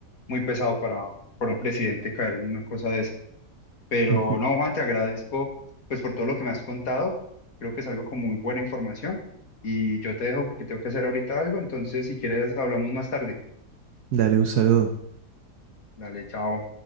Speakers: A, on the left; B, on the right.
A: muy pesado para, para un presidente caer en una cosa de esa. Pero
B: Ujú.
A: no, Juan, te agradezco pues por todo lo que me has contado. Creo que es algo con muy buena información. Y yo te dejo porque tengo que hacer ahorita algo. Entonces, si quieres, hablamos más tarde.
B: Dale un saludo.
A: Dale, chao.